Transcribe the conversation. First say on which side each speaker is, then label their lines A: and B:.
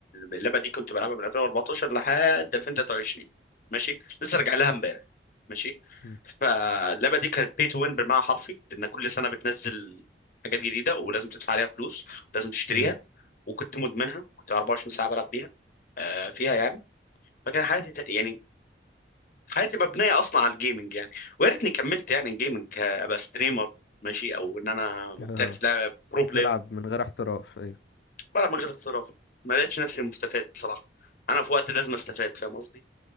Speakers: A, on the left (about 50°); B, on the left (about 65°).
A: اللعبة دي كنت بلعبها من 2014 لحد 2023 ماشي لسه راجع لها امبارح ماشي
B: مم.
A: فاللعبة دي كانت pay to win بالمعنى الحرفي لان كل سنة بتنزل حاجات جديدة ولازم تدفع عليها فلوس ولازم تشتريها
B: ايوه
A: وكنت مدمنها كنت 24 ساعة بلعب بيها آه، فيها يعني فكان حياتي ت- يعني حياتي مبنيه اصلا على الجيمنج يعني ويا ريتني كملت يعني جيمنج ك- ابقى ستريمر ماشي او ان انا محترف
B: اه
A: لاعب برو
B: بتلعب
A: بلاير
B: من غير احتراف ايوه
A: ولا من غير احتراف ما لقيتش نفسي مستفاد بصراحه انا في وقت لازم استفاد فاهم قصدي